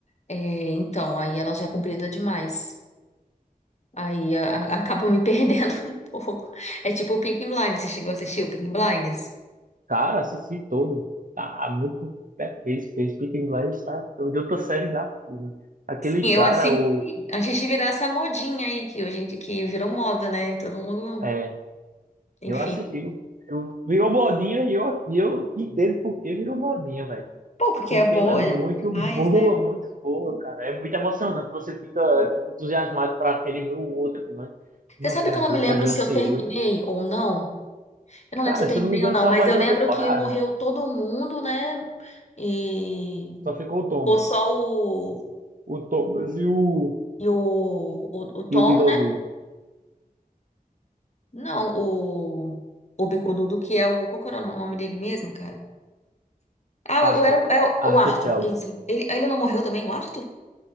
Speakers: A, on the left (about 45°); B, on the right (about 60°).
A: É, então, aí ela já é comprida demais. Aí a, a- acaba me <laughs> perdendo um pouco. É tipo o Peaky Blinders. Você chegou a assistir o Peaky Blinders?
B: Cara, assisti todo. Tá muito. É, Peace, Peace, Peaky Blinders tá de outra série da porra. Aquele
A: Sim, eu
B: cara,
A: assisti
B: o.
A: antes de virar essa modinha aí, que hoje em dia- que virou moda, né? Todo mundo,
B: É,
A: enfim.
B: eu assisti. Eu, virou modinha e eu, e eu entendo por que virou modinha, velho.
A: Pô, porque
B: Porque
A: é boa
B: ela é muito
A: demais,
B: boa,
A: né?
B: muito boa, cara. É muito emocionante. Você fica, tipo, entusiasmado pra querer ver o outro episódio. Não,
A: Você sabe
B: eu quero
A: que eu não
B: ver,
A: me
B: eu
A: lembro
B: quero ver
A: se
B: ansioso.
A: eu terminei ou não? Eu não lembro
B: Cara,
A: se eu terminei
B: se eu não me engano,
A: ou não,
B: saiu
A: mas
B: mais
A: eu
B: uma
A: lembro
B: temporada.
A: que morreu todo mundo, né? E
B: Só ficou o
A: ficou
B: Thomas.
A: só o,
B: O Thomas e o.
A: e o, o, o Tom.
B: E o Bigodudo.
A: Não, o, o bicudo que é o. Qual que era o nome dele mesmo, cara? Ah,
B: Arthur.
A: o, era, o- é o,
B: Arthur
A: o Arthur,
B: Shelby.
A: isso. Ele, ele não morreu também, o Arthur?